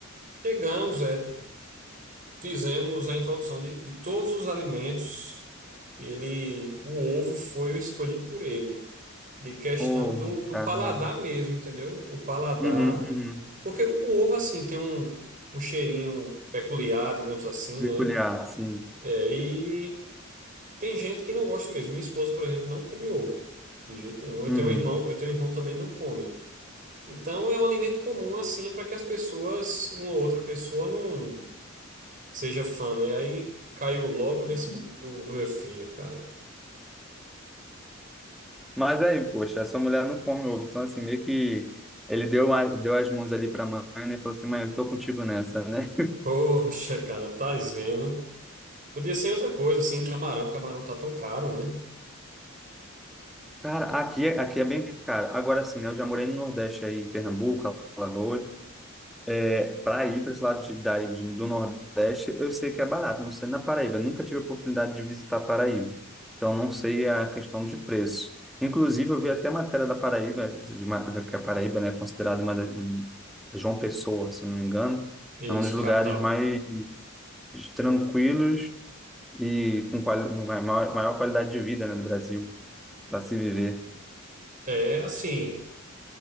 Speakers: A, on the right; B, in the centre.
A: Chegamos, é. fizemos a introdução de, de todos os alimentos. Ele, o ovo foi o escolhido por ele, de questão
B: Oh,
A: do, do
B: caramba.
A: paladar mesmo, entendeu? O paladar,
B: Uhum, uhum.
A: porque o, o ovo assim tem um, um cheirinho peculiar, digamos assim,
B: Peculiar,
A: né?
B: sim.
A: É, e tem gente que não gosta mesmo. Minha esposa, por exemplo, não come ovo de jeito nenhum. Eu
B: Uhum.
A: tenho um irmão, eu tenho um irmão que também não come. Então é um alimento comum assim para que as pessoas, uma ou outra pessoa não seja fã, né? Aí caiu logo nesse no, no meu filho, cara.
B: Mas aí, poxa, essa mulher não come ovo, então assim, meio que ele deu, a- deu as mãos ali para a mãe, né, e falou assim, mãe, eu tô contigo nessa, né?
A: Poxa, cara, tá vendo? Podia ser outra coisa, assim, camarão. Camarão tá tão caro, né?
B: Cara, aqui, é- aqui é bem caro. Agora sim, né? Eu já morei no Nordeste aí, em Pernambuco, Alagoas. É, para ir para esse lado de, daí, de- do Nordeste, eu sei que é barato. Não sei na Paraíba. Eu Nunca tive a oportunidade de visitar Paraíba. Então, não sei a questão de preço. Inclusive, eu vi até matéria da Paraíba, de, uma- da- que a Paraíba, né, é considerada uma da- um- João Pessoa, se eu não me engano,
A: Isso,
B: é um dos lugares
A: a capital.
B: mais tranquilos e com quali- maior, maior qualidade de vida, né, do Brasil, para se viver.
A: É, assim,